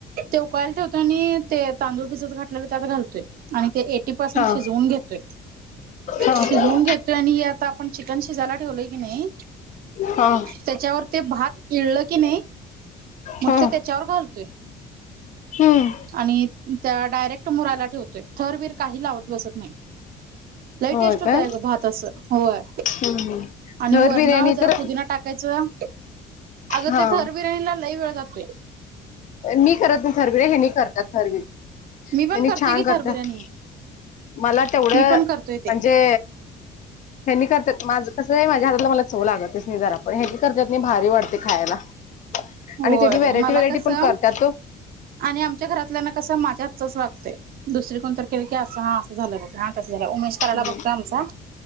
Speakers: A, on the right; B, on the left.
A: ते उकळायला ठेवतो आणि ते तांदूळ भिजत घाल त्यात घालतोय आणि ते एटी परसेंट
B: हा
A: शिजवून घेतोय
B: हा
A: शिजवून घेत घेतोय आणि आता आपण चिकन शिजायला ठेवलंय की नई
B: हा.
A: त्याच्यावर ते भात इळलं की नई मग
B: हो
A: ते त्याच्यावर घालतोय.
B: हम्म
A: आणि त्या डायरेक्ट मुरायला ठेवतोय थर बीर काही लावत बसत नाही. लई
B: होय
A: टेस्ट होतय
B: काय
A: ग भात असं होय.
B: हम्म.
A: आणि
B: थर
A: वर्ण
B: बिर्याणी
A: जरा
B: तर
A: पुदीना टाकायचं अगं
B: हा
A: ते थर बिर्याणीला लई वेळ जातोय.
B: मी करत नई थर बीर हेनी करतात थर बी तेनी
A: मी पण करतोय
B: छान
A: की
B: करत्यात
A: थर बिर्याणी
B: मला तेवढं
A: मी पण करतोय
B: म्हणजे
A: ते
B: हेनी करत्यात माझं कसंय‌ माझ्या हातातल मला चव लागतच नई जरा पण हेनी करत्यात नई भारी वाटते खायला
A: होय
B: आणि ते बि व्हेरॅटी
A: मला
B: व्हेरॅटी
A: कसं
B: पण करत्यात तो
A: आणि आमच्या घरातल्या ना कसं माझ्या हातचच लागतय दुसरी कोणतर केले की असं हा अस झालं बघ आ तसं झालं उमेश करायला
B: हम्म
A: बघतो आमचा